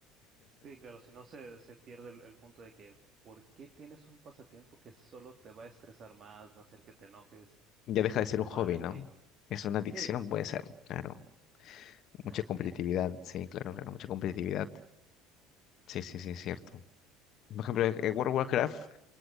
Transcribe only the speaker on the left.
Ya deja
de ser un
hobby, ¿no?
Es una adicción,
puede ser, claro. Mucha
competitividad, sí, claro, claro, mucha competitividad. Sí, sí, sí, es cierto. Por ejemplo, en World of Warcraft